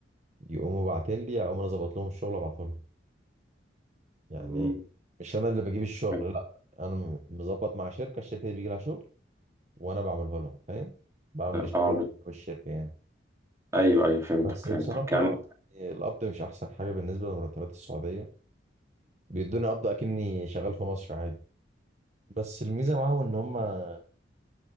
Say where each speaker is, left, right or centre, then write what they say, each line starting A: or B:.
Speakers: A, on the right; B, on the right.
A: يقوموا باعتين لي اقوم انا ظبط لهم الشغل وابعته لهم يعني
B: مم.
A: إيه؟ مش انا اللي بجيب الشغل
B: بت-
A: لا انا م- مظبط مع شركة الشركة دي بيجي لها شغل وانا بعمله لهم فاهم بعمل الشغل
B: اه بت...
A: بالشركة يعني
B: ايوه ايوه فهمتك
A: بس
B: فهمتك
A: بصراحة
B: يعني
A: آه، القبض مش أحسن حاجة بالنسبة لمرتبات السعودية بيدوني قبض أكني شغال في مصر عادي بس الميزة معاهم إن هما